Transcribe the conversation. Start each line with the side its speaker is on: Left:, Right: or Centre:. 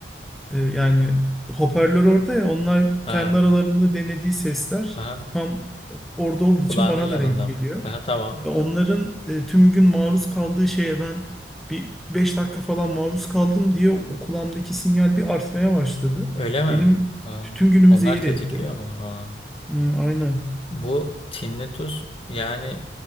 Centre: Ee, yani hoparlör orada ya onlar
Left: Ha,
Centre: kendi aralarında denediği sesler
Left: aha.
Centre: tam orada olduğu
Left: Kulağının
Centre: için bana
Left: yanında
Centre: da denk geliyor.
Left: mı? Aha tamam.
Centre: Ya onların e, tüm gün maruz kaldığı şeye ben bir 5 dakika falan maruz kaldım diye o kulağımdaki sinyal bir artmaya başladı.
Left: Öyle mi?
Centre: Benim
Left: Ha.
Centre: tüm günümü
Left: Onlar
Centre: zehir
Left: tetikliyor
Centre: etti.
Left: mu? Ha.
Centre: Hı, aynen.
Left: Bu tinnitus yani